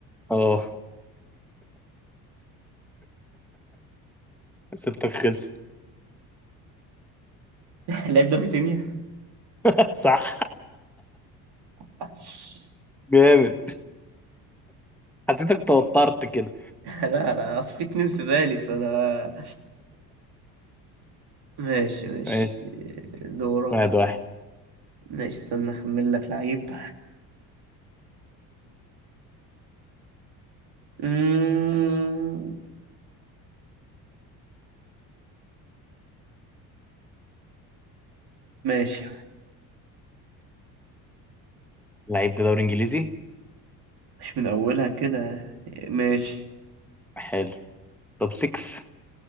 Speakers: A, in the centre; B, on the right.
A: اه ستك خلصت
B: <laughs> اللعيب ده فيتينيا
A: <laughs> صح
B: <laughs>
A: جامد حسيتك توترت كده
B: لا أنا أصل في اتنين في بالي فأنا ماشي ماشي
A: ماشي
B: دورك
A: واحد واحد
B: ماشي استنى أخمن لك لعيب مم، ماشي
A: لعيب ده دوري انجليزي
B: مش من أولها كده ماشي
A: حلو توب 6